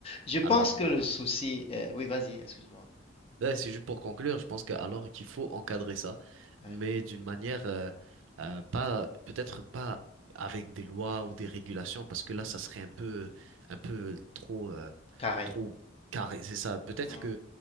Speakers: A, on the left (about 30°); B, on the right (about 75°).
A: Je pense
B: Alors
A: que le
B: euh,
A: souci. euh, oui, vas-y, excuse-moi.
B: Ouais, c'est juste pour conclure, je pense que alors qu'il faut encadrer ça,
A: Ouais,
B: mais d'une manière euh, euh, pas peut-être pas avec des lois ou des régulations parce que là ça serait un peu un peu trop euh,
A: Carré.
B: trop carré, c'est ça. Peut-être
A: Mhm,
B: que